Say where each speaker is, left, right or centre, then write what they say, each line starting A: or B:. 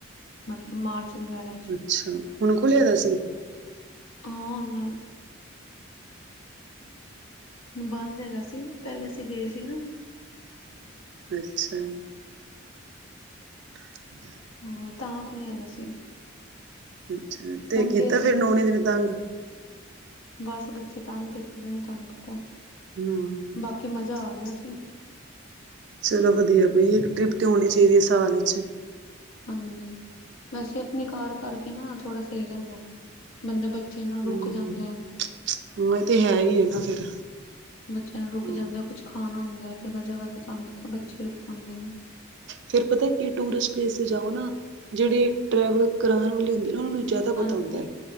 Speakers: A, on the left (about 75°); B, on the right (about 55°).
A: ਮਤਲ ਮਾਰਚ ਵਗੈਰਾ ਚ
B: ਅੱਛਾ ਹੁਣ ਖੁੱਲਿਆ ਦਾ ਸੀ
A: ਹਾਂ ਹੁਨ ਬੰਦ ਹੈਗਾ ਸੀ ਪੈਲੇ ਅਸੀ ਗਏ ਸੀ ਨਾ।
B: ਅੱਛਾ। <inaudible>
A: ਹੋਰ, ਤਾਂ ਖੁੱਲਿਆ ਦਾ ਸੀ।
B: ਅੱਛਾ ਤੇ
A: ਹੁਣ
B: ਕੀਤਾ
A: ਅਸੀਂ
B: ਫੇਰ ਨੌਨੇ ਦਿਨੇ ਤੰਗ?
A: ਬੱਸ ਬੱਚੇ ਤੰਗ ਤੇ ਕਰਦੇ ਨੇ ਤਾਨੂੰ ਪਤੈ।
B: ਹਾਂ
A: ਬਾਕੀ ਮਜਾ ਆ ਗਿਆ ਸੀ।
B: ਚਲੋ ਵਧੀਆ ਬਈ ਇੱਕ ਟ੍ਰਿਪ
A: ਹੂੰ
B: ਤੇ ਹੋਣੀ ਚਾਈਦੀ ਏ ਸਾਲ ਇੱਚ।
A: ਹਾਂਜੀ, ਵੈਸੇ ਆਪਣੀ ਕਾਰ ਕਰਕੇ ਨਾ ਥੋੜਾ ਸਈ ਰੈਂਦਾ। ਬੰਦਾ ਬੱਚਿਆ ਨਾ ਰੁਕ
B: ਹਮ
A: ਜਾਂਦੈ।
B: ਹਾਂ, ਇਹ ਤੇ ਹੈ ਹੀ ਹੈ ਨਾ ਫਿਰ
A: ਬੱਚਿਆਂ ਨਾ
B: ਹਮ
A: ਰੁਕ ਜਾਂਦੈ ਕੁਛ ਖਾਨਾ ਹੁੰਦੈ ਜਗ੍ਹਾ -ਜਗ੍ਹਾ ਤੇ ਤਾਨੂੰ ਪਤਾ ਏ ਬੱਚੇ ਰੁਕਵਾਂਦੇ ਨੇ।
B: ਫੇਰ ਪਤਾ ਕੀ ਟੂਰਿਸਟ ਪਲੇਸ ਤੇ ਜਾਓ ਨਾ ਜੇੜੇ ਟਰੈਵਲ ਕਰਾਣ ਵਾਲੇ ਹੁੰਦੇ ਨਾ ਉਨਾਂ ਨੂੰ ਜਿਆ ਦਾ
A: ਹਾਂਜੀ
B: ਪਤਾ ਹੁੰਦੈ